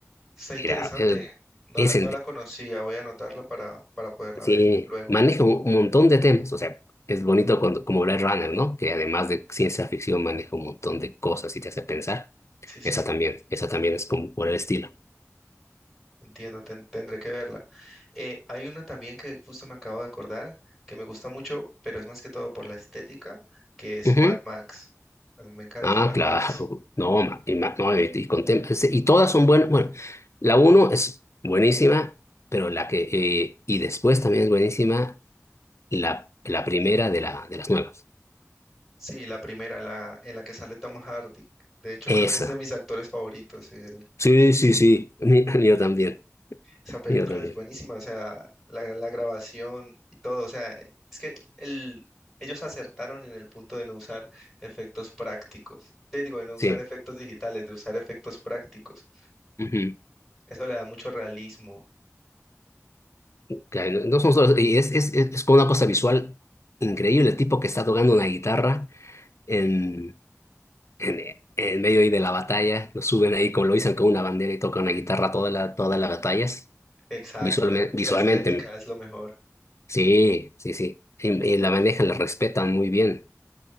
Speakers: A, in the centre; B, on the left (about 60°).
A: Está interesante.
B: era... eh,
A: No,
B: es
A: la- no la conocía, voy a anotarla para, para poderla
B: Sí,
A: ver luego.
B: maneja un, un montón de temas. O sea, es bonito cuando, como Blade Runner, ¿no? Que además de ciencia ficción maneja un montón de cosas y te hace pensar.
A: Sí, sí.
B: Esa también, esa también es como por el estilo.
A: Entiendo, ten- tendré que verla. Eh, hay una también que justo me acabo de acordar, que me gusta mucho, pero es más que todo por la estética, que es
B: Ujú.
A: Mad Max. A mí me encanta
B: Ah,
A: Mad
B: claro.
A: Max.
B: <laughs> No, ma- y, ma- no, y, y con tem- ese- y todas son buenas. Bueno, la uno es buenísima, pero la que... eh, y después también es buenísima la, la primera de, la, de las nuevas.
A: Sí, la primera, la en la que sale Tom Hardy. De hecho,
B: Esa.
A: creo que es de mis actores favoritos. el-
B: Sí, sí, sí. Mi- <laughs> Yo también.
A: esa película
B: Yo también.
A: es buenísima, o sea, la, la grabación y todo. O sea, es que el, ellos acertaron en el punto de no usar efectos prácticos. De, digo, de no
B: Sí.
A: usar efectos digitales, de usar efectos prácticos.
B: Ujú.
A: Eso le da mucho realismo.
B: que no, no son solo, y es, es, es como una cosa visual increíble, el tipo que está tocando una guitarra en, en, en medio ahí de la batalla, lo suben ahí, como lo dicen con una bandera y toca una guitarra toda la, todas las batallas,
A: Exacto,
B: visualmente,
A: la,
B: visualmente,
A: la estética es lo mejor.
B: sí, sí, sí, y, y la manejan, la respetan muy bien,